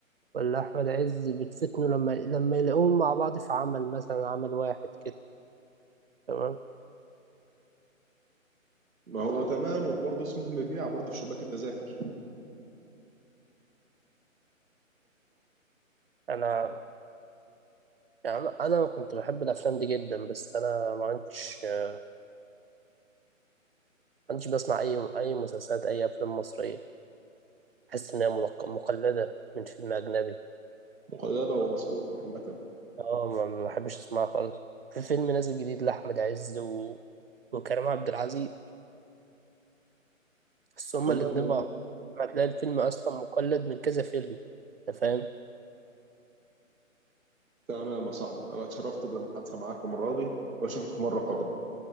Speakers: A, on the right; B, on the right.
A: ولا أحمد عز بتفتنوا لما لما يلاقوهم مع بعض في عمل مثلا عمل واحد كده تمام
B: ما هو تمام وبرضه اسمه مبيع برضه في شباك التذاكر
A: أنا يعني أنا كنت بحب الأفلام دي جدا بس أنا ما عندش ما عندش بسمع أي أي مسلسلات أي أفلام مصرية بحس إن هي ملق- مقلدة من فيلم أجنبي
B: مقيده ومصروف عامه
A: اه ما ما بحبش اسمعها خالص في فيلم نازل جديد لأحمد عز و... وكريم عبد العزيز بس هما
B: تمام
A: الاتنين مع بعض هتلاقي الفيلم أصلا مقلد من كذا فيلم أنت فاهم؟
B: تمام يا صاحبي انا اتشرفت بالمحادثه معاك المره دي واشوفك مره قادمه